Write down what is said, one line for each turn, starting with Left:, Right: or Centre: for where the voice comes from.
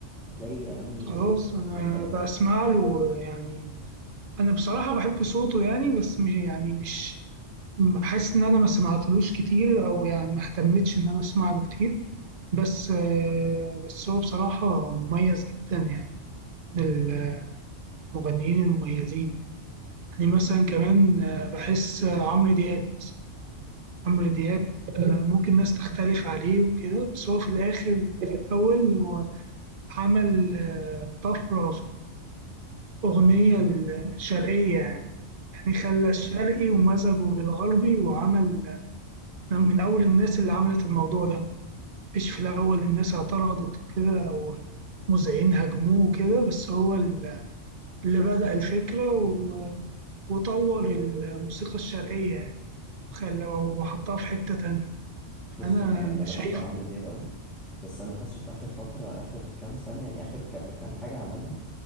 Centre: هتلاقي اغاني
Right: خلاص
Centre: جامده
Right: انا
Centre: قوي
Right: بسمع له يعني انا بصراحه بحب صوته يعني بس مش يعني مش حاسس ان انا ما سمعتلوش كتير او يعني ما اهتمتش ان انا اسمع له كتير بس آه، بس هو بصراحه مميز جدا يعني من المغنيين المميزين يعني مثلا كمان آه، بحس آه، عمرو دياب مثلاً. عمرو دياب آه، ممكن ناس تختلف عليه وكده بس هو في الاخر في الاول هو عمل آه، طفره في الاغنيه الشرقيه يعني يعني خلى الشرقي ومزجه بالغربي وعمل من أول الناس اللي عملت الموضوع ده مش في الأول الناس اعترضت كده ومذيعين هاجموه كده بس هو ال- اللي بدأ الفكرة و- وطور الموسيقى الشرقية يعني خلى وحطها في حتة تانية فأنا
Centre: بص انا انا انا بحب
Right: شايف
Centre: عمرو دياب قوي بس انا حاسه في اخر فتره اخر كام سنه يعني اخر ك- كام حاجه عملها